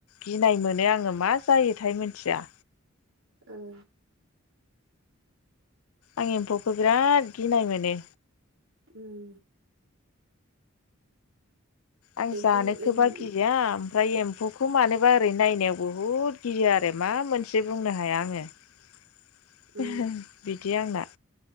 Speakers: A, on the left; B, on the right.
A: गिनाय मोनो आङो मा जायो थाय मिनथिया।
B: ओं।
A: आं एम्फौखो बिराद गिनाय मोनो।
B: उम।
A: आं
B: एम्फौ
A: जानोखोबा
B: इन्दि
A: गिया फ्राय एम्फौखौ मानोबा ओरै नायनायाव बुहुत गियो आरो मा मोनसे दे बुंनो हाया आङो
B: उम
A: बिदि आंना।